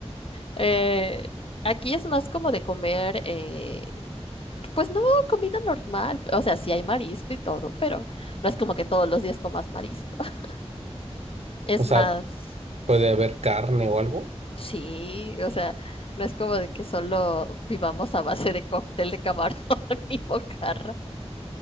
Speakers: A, on the left; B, on the right.
A: Eh, aquí es más como de comer, eh, pues no, comida normal. O sea, sí hay marisco y todo, pero no es como que todos los días comas marisco. <laughs> Es
B: O
A: más,
B: sea, puede haber carne o algo.
A: sí, o sea, no es como de que solo vivamos a base de cóctel de camarón <laughs> y mojarra.